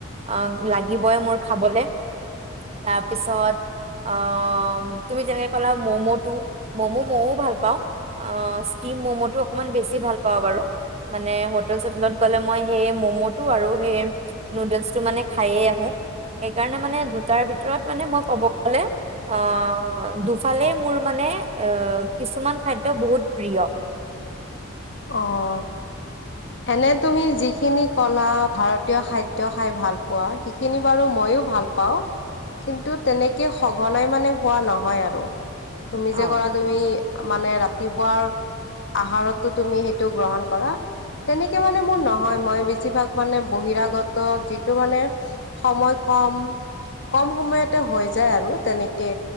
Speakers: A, on the right; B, on the left.
A: আ, লাগিবই মোৰ খাবলে। তাৰ পিছত, অ', তুমি যেনেকৈ কলা মম টো ম'ম' ময়ো ভাল পাওঁ। আ, ষ্টিম ম'ম'টো অকমান বেছি ভাল পাওঁ বাৰু। মানে, হোটেল-চোটেলত গ'লে, মই সেই ম'ম'টো আৰু সেই নুডলছটো, মানে, খায়েই আহোঁ। সেইকাৰণে, মানে, দুটাৰ ভিতৰত, মানে, মই ক'ব গ'লে, অ', দুফালেই মোৰ মানে, আ, কিছুমান খাদ্য বহুত প্ৰিয়।
B: অ এনে তুমি যিখিনি ক'লা, ভাৰতীয় খাদ্য খাই ভাল পোৱা, সেইখিনি বাৰু মইয়ো ভাল পাওঁ। কিন্তু তেনেকে সঘনাই মানে, খোৱা নহয় আৰু তুমি যে
A: অ'।
B: ক'লা, তুমি মানে, ৰাতিপুৱাৰ আহাৰতো তুমি সেইটো গ্ৰহণ কৰা তেনেকে মানে মোৰ নহয়। মই বেছিভাগ, মানে, বহিৰাগত যিটো, মানে, সময় কম, কম সময়তে হৈ যায়, আৰু তেনেকে,